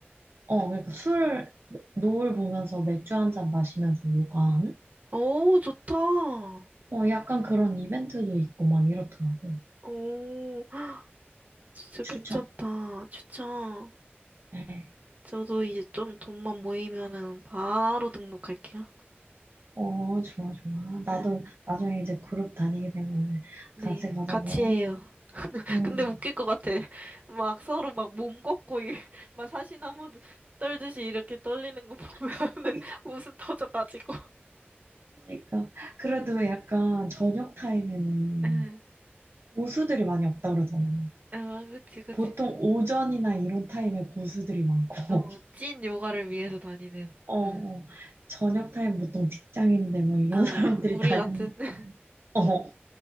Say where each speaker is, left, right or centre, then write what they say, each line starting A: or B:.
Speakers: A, on the right; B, on the right.
A: 어 그러니까 술 노을 보면서 맥주 한 잔 마시면서 요가하는?
B: 오, 좋다.
A: 어 약간 그런 이벤트도 있고 막 이렇더라고.
B: 오, <gasps> 진짜
A: 추천.
B: 괜찮다. 추천.
A: 네.
B: 저도 이제 좀 돈만 모이면은 바로 등록할게요.
A: 어, 좋아, 좋아. 나도
B: 응.
A: 나중에 이제 그룹 다니게 되면
B: 네,
A: 같이 가자고.
B: 같이 해요.
A: 음.
B: 근데 웃길 것 같아. <laughs> 막 서로 막 몸 걷고 이- <laughs> 막 사시나무 떨듯이 이렇게 떨리는 거 보면 <laughs>
A: <laughs>
B: 웃음 터져가지고.
A: 그러니까. 그래도 약간 저녁 타임에는
B: 응,
A: 고수들이 많이 없다 그러잖아.
B: 아, 그치, 그치.
A: 보통 오전이나 이런 타임에 고수들이 많고,
B: 어,
A: <laughs>
B: 찐 요가를 위해서 다니는.
A: 어,
B: 응.
A: 어. 저녁 타임 보통 직장인들 뭐 이런
B: 어,
A: <laughs> 사람들이
B: 우리
A: 다니니까.
B: 같은. <laughs>
A: 어,